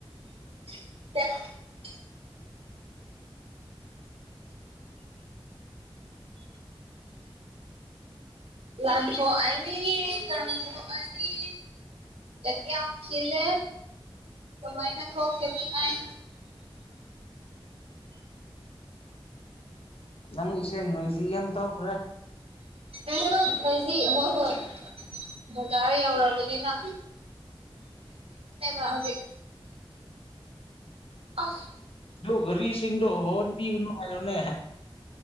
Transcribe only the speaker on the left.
ꯅꯪ ꯏꯁꯩ ꯅꯣꯏꯖꯤ ꯌꯥꯝ ꯊꯣꯛꯈ꯭ꯔꯦ
ꯗꯣ ꯒꯥꯔꯤꯁꯤꯡꯗꯣ ꯍꯣꯔꯣꯟ ꯄꯤꯒꯅꯣ ꯍꯥꯏꯌꯨꯅꯦ